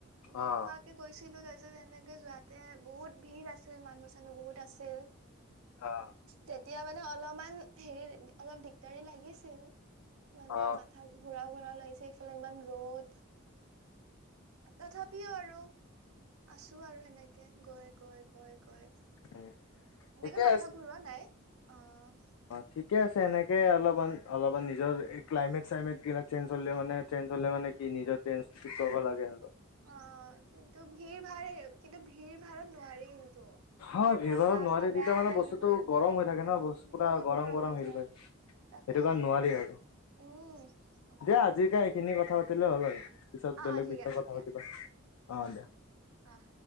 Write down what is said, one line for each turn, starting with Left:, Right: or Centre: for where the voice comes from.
Right: নোখোৱা।
Left: অ',
Right: কি গৈছিলো তাৰপিছত এনেকে যোৱাতে বহুত ভিৰ আছিল মানুহ চানুহ বহুত আছিল।
Left: অহ-
Right: তেতিয়া মানে অলপমান হেৰি অলপ দিগদাৰি লাগিছিল মানে
Left: অ
Right: মাত- ঘূৰাও ঘূৰাও লাগিছে এইফালে ইমান ৰ'দ। তথাপিও আৰু আছো আৰু সেনেকে গৈ গৈ- গৈ গৈ সেনেকে
Left: উম, ঠিকে
Right: মাথা ঘূৰৱা নাই অঁ।
Left: অঁ ঠিকে আছে এনেকে অলপমান অলপমান নিজৰ এই ক্লাইমেট চাইমেট গিলাক চেঞ্জ হ'লে মানে। চেঞ্জ হ'লে মানে কি নিজৰ ট্ৰন কি কৰিব লাগে সিহতক।
Right: অঁ কিন্তু ভিৰ ভাড় কিন্তু ভিৰ ভাৰত নোৱাৰি কিন্তু।
Left: অঁ ভিৰ ভাৰত
Right: গা
Left: নোৱাৰি
Right: চা
Left: তেতিয়া
Right: বেয়া
Left: মানে
Right: লাগি
Left: বস্তুতটো
Right: যায় একদম
Left: গৰম হৈ থাকে ন
Right: উম
Left: বস্তু পুৰা
Right: বহুত
Left: গৰম গৰম
Right: হৈ
Left: হেৰি
Right: যায়
Left: হয়ঁ। সেইটো
Right: তাকে
Left: কাৰণে নোৱাৰি আৰু
Right: উম একদম
Left: দিয়া আজিকে এইখিনি কথা পাতিলে হ'ল আৰু। পিছত
Right: অ
Left: বেলেগ
Right: অ ঠিক
Left: বিষয়ে
Right: আছে
Left: কথা পাতিবা অঁ দিয়া।
Right: অহ-